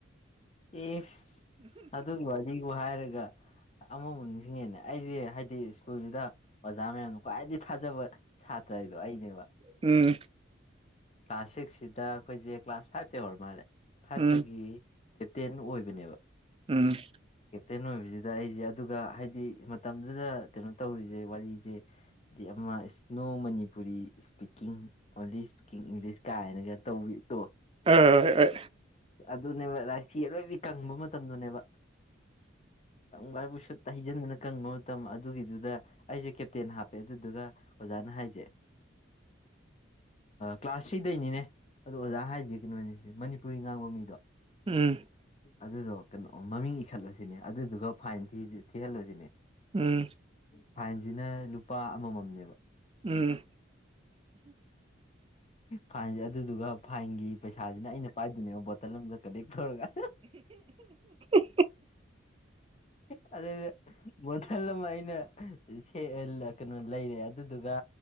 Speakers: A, on the left; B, on the right.
A: ꯑꯦꯁ ꯑꯗꯨꯒꯤ ꯋꯥꯔꯤꯕꯨ ꯍꯥꯏꯔꯒ ꯑꯃꯃꯛ ꯅꯤꯡꯁꯤꯡꯉꯦꯅꯦ ꯑꯩꯁꯦ ꯍꯥꯏꯗꯤ ꯁ꯭ꯀꯨꯜꯁꯤꯗ ꯑꯣꯖꯥ ꯃꯌꯥꯝꯅ ꯈ꯭ꯋꯥꯏꯗꯒꯤ ꯊꯥꯖꯕ ꯁꯥꯇ꯭ꯔ ꯍꯥꯏꯗꯣ ꯑꯩꯅꯦꯕ
B: ꯎꯝ
A: ꯀ꯭ꯂꯥꯁ ꯁꯤꯛꯁꯁꯤꯗ ꯑꯩꯈꯣꯏꯁꯦ ꯀ꯭ꯂꯥꯁ ꯐꯥꯏꯚꯇ ꯛꯚꯙꯆꯆꯩꯔ ꯃꯥꯜꯂꯦ ꯐꯥꯏꯚꯇꯒꯤ
B: ꯎꯝ
A: ꯀꯦꯞꯇꯦꯟ ꯑꯣꯏꯕꯅꯦꯕ
B: ꯎꯝ
A: ꯀꯦꯞꯇꯦꯟ ꯑꯣꯏꯕꯁꯤꯗ ꯑꯩꯁꯦ ꯑꯗꯨꯒ ꯍꯥꯏꯗꯤ ꯃꯇꯝꯗꯨꯗ ꯀꯩꯅꯣ ꯇꯧꯔꯤꯁꯦ ꯋꯥꯔꯤꯁꯦ ꯗꯤ ꯑꯃ ꯏꯁꯅꯣ ꯃꯅꯤꯄꯨꯔꯤ ꯏꯁꯄꯤꯀꯤꯡ ꯑꯣꯟꯂꯤ ꯏꯁꯂꯤꯁ ꯀꯥꯏꯅ ꯗꯏꯪꯂꯤꯁ ꯀꯥꯏꯅꯒ ꯇꯧꯕꯤꯗꯣ
B: ꯑꯥ
A: ꯑꯗꯨꯅꯦꯕ ꯔꯥꯁꯤ ꯑꯔꯣꯏꯕꯤ ꯀꯪꯕ ꯃꯇꯝꯗꯨꯅꯦꯕ ꯀꯪꯕ ꯍꯥꯏꯕꯨ ꯁꯠꯇ ꯍꯩꯖꯤꯟꯗꯨꯅ ꯀꯪꯕ ꯃꯇꯝ ꯃꯇꯝ ꯑꯗꯨꯒꯤꯗꯨꯗ ꯑꯩꯁꯦ ꯀꯦꯞꯇꯦꯟ ꯍꯥꯞꯄꯦ ꯑꯗꯨꯗꯨꯒ ꯑꯣꯖꯥꯅ ꯍꯥꯏꯁꯦ ꯀ꯭ꯂꯥꯁ ꯊ꯭ꯔꯤꯗꯩꯅꯤꯅꯦ ꯑꯗꯣ ꯑꯣꯖꯥ ꯍꯥꯏꯖ ꯀꯩꯅꯣꯅꯤꯅꯤ ꯄꯨꯔꯤ ꯉꯥꯡꯕ ꯃꯤꯗꯣ
B: ꯎꯝꯏꯏ
A: ꯑꯗꯨꯗꯣ ꯀꯩꯅꯣ ꯃꯃꯤꯡ ꯏꯈꯠꯂꯨꯁꯤꯅꯦ ꯑꯗꯨꯗꯨꯒ ꯐꯥꯏꯟ ꯊꯤꯍꯜꯂꯨꯁꯤꯅꯦ
B: ꯎꯝ
A: ꯐꯥꯏꯟꯁꯤꯅ ꯂꯨꯄꯥ ꯑꯃꯃꯝꯅꯦꯕ
B: ꯎꯝ
A: ꯐꯥꯏꯟꯁꯦ ꯑꯗꯨꯗꯨꯒ ꯐꯥꯏꯟꯒꯤ ꯄꯩꯁꯥꯁꯤꯅ ꯑꯩꯅ ꯅꯤ ꯣꯇꯜ ꯑꯃ ꯀꯟꯦꯛ ꯇꯧꯔꯒ
B: ꯑꯣ
A: ꯑꯗ ꯕꯣꯇꯜ ꯑꯃ ꯑꯩꯅ ꯁ ꯀꯩꯅꯣ ꯂꯩꯔꯦ ꯑꯗꯨꯗꯨꯒ